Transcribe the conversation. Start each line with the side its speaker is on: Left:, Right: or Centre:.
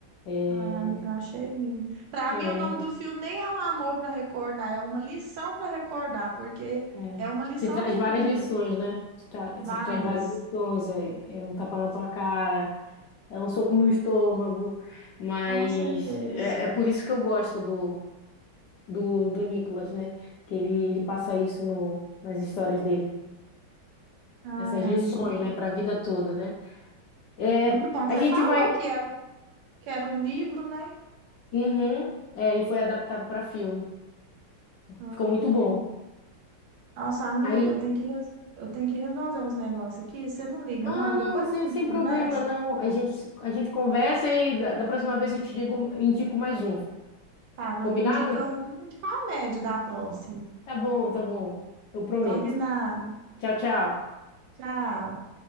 Left: É,
Right: Ai, amiga, achei lindo. Para
Left: é,
Right: mim, o nome do filme nem é um amor para recordar, é uma lição para recordar, porque
Left: é.
Right: é uma lição
Left: Te traz
Right: de
Left: várias
Right: vida.
Left: lições, né? Te, tra- te
Right: Várias,
Left: traz várias lições. É, é um tapa na tua cara, é um soco no estômago. Mas
Right: com certeza.
Left: é, é por isso que eu gosto do, do, do Nicolas, né? Que ele, ele passa isso no, nas histórias dele.
Right: Ai,
Left: Essas
Right: amiga,
Left: lições,
Right: não.
Left: né? Para a vida toda, né? É,
Right: Muito bom. Você
Left: a gente
Right: falou
Left: vai.
Right: que era, um, que era um livro, né?
Left: Uhum. É, e foi adaptado para filme.
Right: Hum,
Left: Ficou muito
Right: entendi.
Left: bom.
Right: Nossa, amiga,
Left: Aí,
Right: eu tenho que, res- eu tenho que resolver uns negócios aqui. Você não liga,
Left: ah,
Right: não?
Left: não,
Right: Depois
Left: sem,
Right: a gente
Left: sem
Right: conversa.
Left: problema, não. A gente, a gente conversa e da, da próxima vez eu te digo, indico mais um.
Right: Tá, mas
Left: Combinado?
Right: me indica um de comédia da próxima.
Left: Tá bom, tá bom. Eu prometo.
Right: Combinado.
Left: Tchau, tchau.
Right: Tchau.